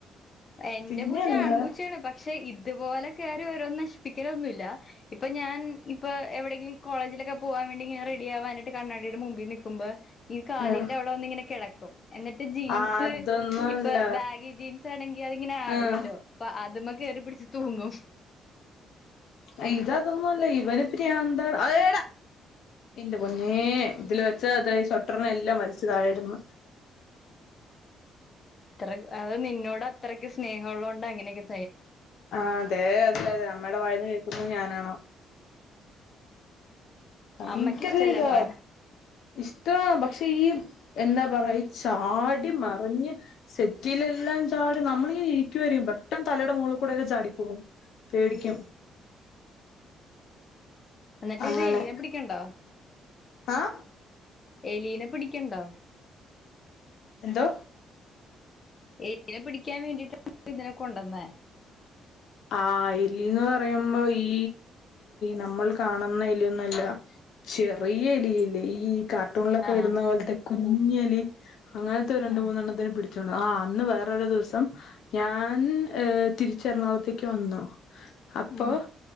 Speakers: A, on the left; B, on the left.
A: എന്റെ
B: പിന്നെ
A: പൂച്ച
B: എന്താ
A: ആൺപൂച്ചയാണ് പക്ഷേ ഇ തുപോലെ കേറി ഓരോന്ന് നശിപ്പിക്കലൊന്നുമില്ല. ഇപ്പ ഞാൻ ഇപ്പ എവിടെയെങ്കിലും കോളേജിലൊക്കെ പോവാൻ വേണ്ടിയിങ്ങനെ റെഡിയാവനാ കണ്ണാടിടെ മുമ്പി നിക്കുമ്പോ ഈ കാലിന്റെ
B: ആഹ്
A: അവിടെ വന്നിങ്ങനെ കെടക്കും എന്നിട്ട് ജീൻസ്
B: അതൊന്നും
A: ഇപ്പ
B: അല്ല
A: ബാഗി ജീൻസാണെ ഇങ്ങനെ ആടുവല്ലോ
B: ആഹ്
A: അപ്പ അതുമേ കേറി പിടിച്ച് തൂ ങ്ങും
B: അയി ഇത് അതൊന്നുമല്ല ഇവന് ഭ്രാന്താണ് അ എടാ എൻ്റെ പൊന്നെ ഇതില് വെച്ച ദേ കർട്ടൻ എല്ലാം വലിച്ച് താഴെ ഇടുന്ന്
A: അത്ര അ നിന്നോട് അത്ര സ്നേഹളോണ്ടാ ഇങ്ങനെയൊക്കെ
B: ആ അതെ അതെ അതെ നമ്മടെ വായന്ന് ന്നത് ഞാനാണോ ഭയങ്കര
A: അമ്മയ്ക്ക് ഇഷ്ടല്ലപ്പാ
B: ഇത ഇഷ്ട പക്ഷെ ഈ എന്താ പറ ചാടി മറിഞ്ഞ് സെറ്റിയിലെല്ലാം ചാടി നമ്മളിനെ ഇരിക്ക വരും പെട്ടെന്ന് തലയുടെ മുകളിൽ കൂടെയൊക്കെ ചാടിപ്പോകും പേടിക്കും
A: എന്നിട്ട്
B: അങ്ങനെ
A: ഇത് എലീനെ പിടിക്കണണ്ടോ
B: ആഹ്
A: എലീനെ പിടിക്കണണ്ടോ
B: എന്തോ
A: എലീനെ പിടി ക്കാൻ വേണ്ടിട്ടാണ് ഇതിനെ കൊണ്ടുവന്നേ
B: ആ എലിന്ന് പറയുമ്പോ ഈ നമ്മൾ കാണുന്ന എലിയൊന്നല്ല ചെറിയ എലി ഇല്ലേ ഈ കാർട്ടൂണിലൊക്കെ
A: ആഹ്
B: വരുന്ന പോലത്ത കു കുഞ്ഞെലി അങ്ങനത്തെ ഒരു രണ്ട്
A: ആഹ്
B: മൂന്നെണ്ണത്തിന് പിടിച്ചു പിടിച്ച് ആ അന്ന് വേറൊരു ദിവസം ഞാൻ ആഹ് തിരിച്ച എറണാകുളത്തേക്ക് ക്ക് വന്നു അപ്പൊ
A: ഉം